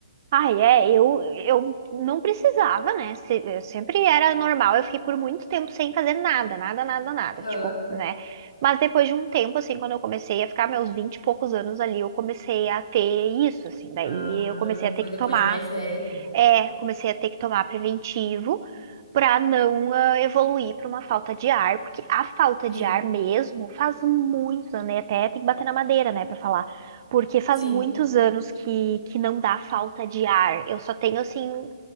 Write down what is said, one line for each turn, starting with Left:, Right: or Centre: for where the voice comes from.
Right: Ai, é, eu, eu não precisava, né? Se- eu sempre era normal, eu fiquei por muito tempo sem fazer nada, nada, nada, nada,
Left: Aham.
Right: tipo, né? Mas depois de um tempo, assim, quando eu comecei a ficar meus 20 e poucos anos ali, eu comecei a ter isso, assim, daí
Left: Ah,
Right: eu comecei a ter
Left: foi
Right: que
Left: depois
Right: tomar
Left: de mais velha.
Right: é, comecei a ter que tomar preventivo para não ah, evoluir para uma falta de ar, porque a falta
Left: Sim.
Right: de ar mesmo faz muitos né? Até tem que bater na madeira, né, para falar. Porque faz
Left: Sim.
Right: muitos anos que, que não dá falta de ar. Eu só tenho, assim,